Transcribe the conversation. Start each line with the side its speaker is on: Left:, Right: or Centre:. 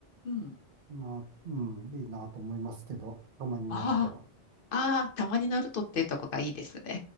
Left: ー、うん。
Right: な、うん、いいなと思いますけど、たまに乗ると。
Left: ああ、ああ、たまにナルトっていうとこがいいですね。